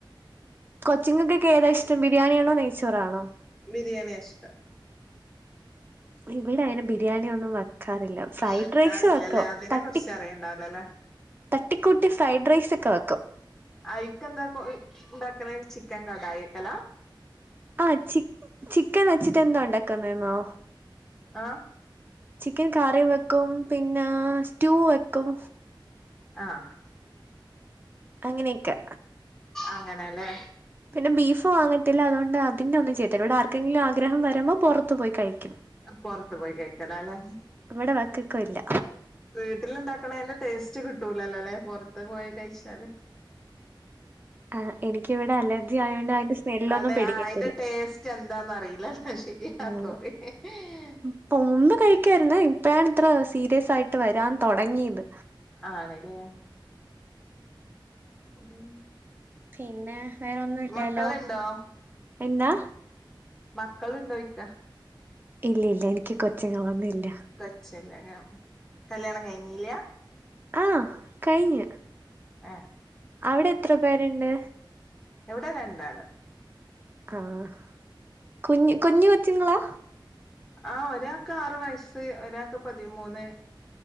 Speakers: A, on the right (about 25°); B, in the centre.
A: കൊച്ചിങ്ങൾക്കൊക്കെ ഏതാ ഇഷ്ടം ബിരിയാണിയാണോ നെയ്ച്ചോറാണോ
B: ബിരിയാണിയ ഇഷ്ടം
A: ഇവിടെ അങ്ങനെ ബിരിയാണി ഒന്നും വെക്കാറില്ല ഫ്രൈഡ്
B: വെക്കാറില്ലല്ലേ
A: റൈസ് വെക്കും
B: അതിനെ
A: തട്ടി
B: കുറിച്ച് അറിയണ്ടാവില്ലല്ലേ
A: തട്ടിക്കൂട്ടി ഫ്രൈഡ് റൈസ് ഒക്കെ വെക്കും
B: അയിക്ക് എന്താ ഉണ്ടാക്കൽ ചിക്കൻ കടായി വെക്കല
A: ആ ചിക്ക് ചിക്കൻ വെച്ചിട്ട് എന്താ ഉണ്ടാക്കന്നണോ
B: ആഹ്
A: ചിക്കൻ കറി വെക്കും പിന്നെ സ്റ്റൂ വെക്കും
B: ആഹ്
A: അങ്ങനെയൊക്കെ
B: അങ്ങനെ ല്ലേ
A: പിന്നെ ബീഫ് വാങ്ങത്തില്ല അതുകൊണ്ട് അതിന്റെ ഒന്നും ചെയ്തില്ലാ ഇവിടെ ആർക്കെങ്കിലും ആഗ്രഹം വരുമ്പോൾ പുറത്തു പോയി കഴിക്കും
B: പുറത്ത് പോയി കൈക്കല ല്ലേ
A: ഇവിടെ വെക്കൊക്കെ ഇല്ല
B: വീട്ടിലുണ്ടാക്കണതിന്റെ ടേസ്റ്റ് കിട്ടൂലല്ലോ അല്ലെ പുറത്ത് പോയി കഴിച്ചാൽ
A: ആ എനിക്ക് ഇവിടെ അലർജി ആയതോണ്ട് അതിന്റെ സ്മെല്ലൊന്നും
B: അതെ
A: പിടിക്കത്തില്ല.
B: അതിന്റെ ടേസ്റ്റ് എന്താണന്ന് അറിയില്ലല്ലോ ശരിയാ
A: ഉം.
B: സോറി ഹ്ഹ്
A: ഇപ്പൊ മുമ്പ് കഴിക്കാരുന്നു ഇപ്പഴാണ് ഇത്ര സീരിയസായിട്ട് വരാൻ തുടങ്ങിയത്
B: ആണല്ലേ മ്
A: പിന്നെ വേറെ ഒന്നും ഇല്ലാലോ
B: മക്കളുണ്ടോ
A: എന്താ
B: മക്കളുണ്ടോയിക്ക
A: ഇല്ല ഇല്ല എനിക്ക് കൊച്ചിങ്ങൾ ഒന്നും ഇല്ല
B: കൊച്ചല്ല കല്യാണം കഴിഞ്ഞില്ലാ
A: ആഹ് കഴിഞ്ഞു
B: ആഹ്
A: അവിടെ എത്ര പേരുണ്ട്
B: ഇവിടെ രണ്ടാൾ
A: ആഹ് കുഞ്ഞ് കുഞ്ഞ് കൊച്ചുങ്ങളാ
B: ആഹ് ഒരാൾക്ക് ആറ് വയസ്സ് ഒരാൾക്ക് പതിമൂന്ന്